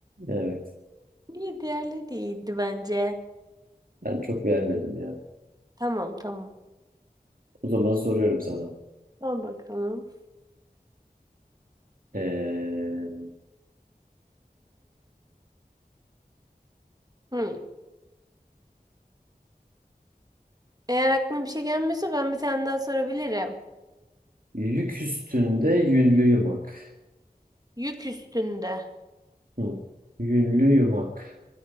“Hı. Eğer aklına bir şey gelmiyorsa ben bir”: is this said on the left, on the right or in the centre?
Right